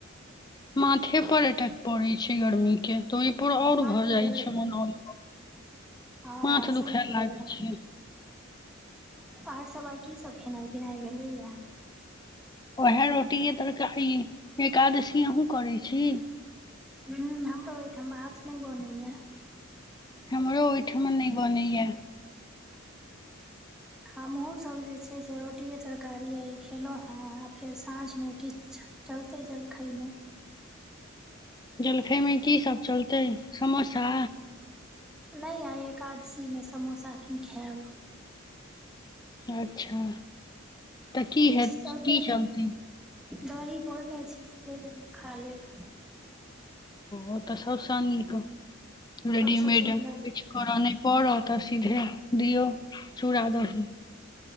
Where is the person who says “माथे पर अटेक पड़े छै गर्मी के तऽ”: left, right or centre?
Left